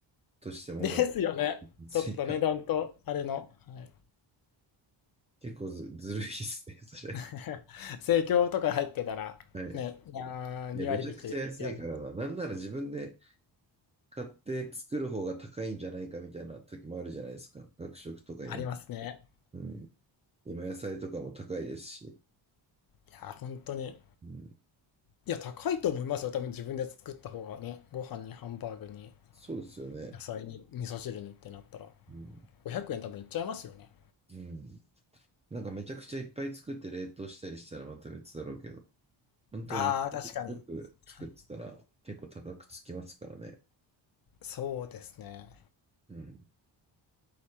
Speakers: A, on the right; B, on the left.
A: として物を
B: ですよね。
A: ついた。
B: ちょっと値段とあれの、
A: はい。
B: はい、
A: 結構ず、ずるいですね、それ。
B: <laughs> 生協とか入ってたらね、
A: はい。
B: いやー2割引き1割引き
A: いや、めちゃくちゃ安いからな。なんなら自分で買って作る方が高いんじゃないかみたいな時もあるじゃないですか。学食とかにな。
B: ありますね。
A: うん。今野菜とかも高いですし。
B: いやー本当に。
A: うん。
B: いや、高いと思いますよ。多分自分で作った方がね、ご飯にハンバーグに
A: そうですよね。
B: 野菜に味噌汁にってなったら、
A: うん。
B: 500円多分いっちゃいますよね。
A: うん。なんかめちゃくちゃいっぱい作って冷凍したりしたらまた別だろうけど、本当によく作ってたら結構高くつきますからね。
B: ああ、確かに。はい、そうですね。
A: うん。